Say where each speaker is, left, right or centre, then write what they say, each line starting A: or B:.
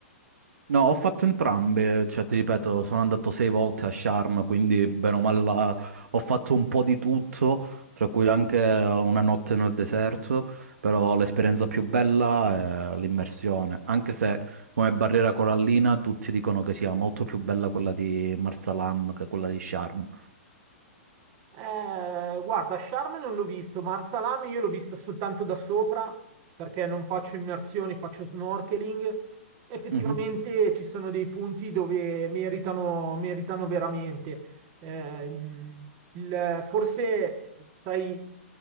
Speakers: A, on the right; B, on the right.
A: No, ho fatto entrambe, cioè ti ripeto, sono andato sei volte a Sharm, quindi bene o male la- ho fatto un po' di tutto, tra cui anche una notte nel deserto, però l'esperienza più bella è l'immersione, anche se come barriera corallina tutti dicono che sia molto più bella quella di Marsalam che quella di Sharm.
B: Eh, guarda, Charme non l'ho visto, ma Arsalame io l'ho vista soltanto da sopra perché non faccio immersioni, faccio snorkeling. Effettivamente
A: Mhm,
B: ci sono dei punti dove meritano, meritano veramente. Eh, il- forse sai